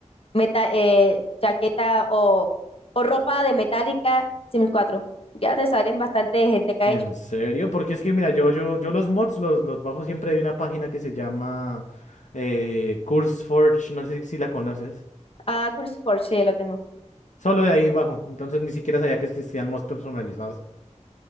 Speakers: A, on the left; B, on the left.
A: meta- eh, chaqueta o, o ropa de Metallica Sims cuatro. Ya te salen bastante gente que ha
B: ¿En
A: hecho.
B: serio? Porque es que, mira, yo, yo, yo los mods los, los bajo siempre de una página que se llama eh, CurseForge, no sé si la conoces.
A: Ah, Cruciforge, sí, lo tengo.
B: Solo de ahí bajo. Entonces ni siquiera sabía que existían mods personalizados.